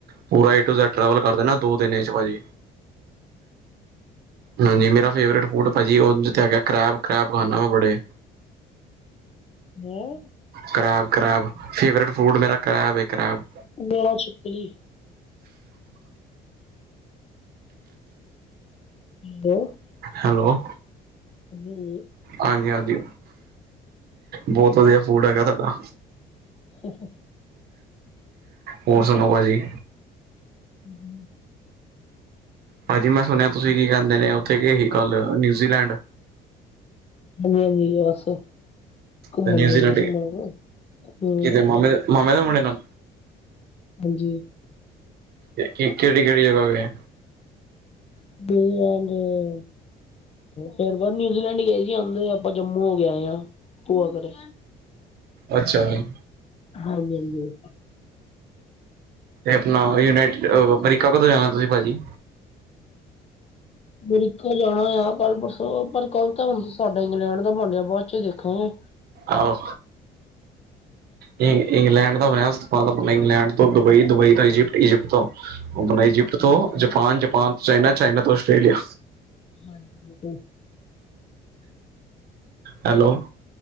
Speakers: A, on the right; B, on the left.
A: ਪੂਰਾ ਏ ਟੂ ਜੈਡ ਟੈਵਲ ਕਰ ਦੇਨਾ ਦੋ ਦਿਨ ਚ ਭਾਜੀ। ਹਾਂਜੀ ਮੇਰਾ ਫੇਵਰੇਟ ਫੂਡ ਭਾਜੀ ਉਹ ਜਿੱਥੇ ਹੈਗਾ ਕਰੈਪ, ਕਰੈਪ ਖਾਂਦਾ ਮੈਂ ਬੜੇ।
B: ਹੈਂ
A: ਕਰੈਬ, ਕਰੈਬ ਫੇਵਰੇਟ ਫੂਡ ਮੇਰਾ ਕਰੈਬ ਐ ਕਰੈਬ।
B: <unintelligible> ਛਿੱਪਕਲੀ। ਬੋ
A: ਹੈਲੋ।
B: ਹਾਂਜੀ
A: ਹਾਂਜੀ-ਹਾਂਜੀ, ਬੋਤ ਵਧੀਆ ਫੂਡ ਹੈਗਾ ਤੁਹਾਡਾ।
B: <inaudible>
A: ਹੋਰ ਸੁਨਾਓ ਭਾਜੀ।
B: ਹੂੰ, ਹੂੰ।
A: ਭਾਜੀ ਮੈਂ ਸੁਨਿਆ ਤੁਸੀਂ ਕੀ ਕਹਿੰਦੇ ਨੇ ਉੱਥੇ ਗਏ ਸੀ ਕੱਲ ਨਿਊਜ਼ੀਲੈਂਡ।
B: ਹਾਂਜੀ-ਹਾਂਜੀ ਯੇਸ ਘੁੰਮਣ
A: ਤੇ ਨਿਊਜ਼ੀਲੈਂਡ
B: ਗਏ ਦੇ ਸੀ ਮਾੜਾ ਜਿਆ, ਹੂੰ।
A: ਕਿਤੇ ਮਾਮੇ ਦੇ ਮਾਮੇ ਦੇ ਮੁੰਡੇ ਨਾਲ।
B: ਹਾਂਜੀ।
A: ਤੇ ਕਿ ਕਿਹੜੀ-ਕਿਹੜੀ ਜਗ੍ਹਾ ਗਏ?
B: <unintelligible> ਅਹ ਬਸ ਪਰ ਨਿਊਜ਼ੀਲੈਂਡ ਗਏ ਸੀ ਆਂਦੀ ਵਾਰ। ਆਪਾਂ ਜੰਮੂ ਹੋ ਕੇ ਆਏ ਆਂ ਭੂਆ ਘਰੇ।
A: ਅੱਛਾ ਬਾਈ,
B: ਹਾਂਜੀ-ਹਾਂਜੀ।
A: ਤੇ ਆਪਣਾ ਯੂਨਾਈਟਿਡ ਅਮਰੀਕਾ ਕਦੋਂ ਜਾਣਾ ਤੁਸੀਂ ਭਾਜੀ?
B: ਅਮਰੀਕਾ ਜਾਣਾ ਆ ਕੱਲ ਪਰਸੋਂ ਪਰ ਕੱਲ ਤਾਂ ਹੁਣ ਸਾਡਾ ਇੰਗਲੈਂਡ ਦਾ ਬਨ ਰੇਯਾ ਬਾਦ ਚੋਂ ਦੇਖਾਂਗੇ।
A: ਆਹੋ। ਇੰਗ, ਇੰਗਲੈਂਡ ਦਾ ਬਨਿਆ ਉਸ ਤੋਂ ਬਾਦ ਅਪਨਾ ਇੰਗਲੈਂਡ ਤੋਂ ਦੁਬਈ, ਦੁਬਈ ਤੋਂ ਇਜਿਪਟ, ਇਜਿਪਟ ਤੋਂ ਆਪਣਾ ਇਜਿਪਟ
B: ਹਾਂਜੀ
A: ਤੋਂ ਜਾਪਾਨ, ਜਪਾਨ ਤੋਂ ਚਾਈਨਾ, ਚਾਈਨਾ ਤੋਂ ਆਸਟ੍ਰੇਲੀਆ।
B: ਹਾਂਜੀ <unintelligible>
A: ਹੈਲੋ।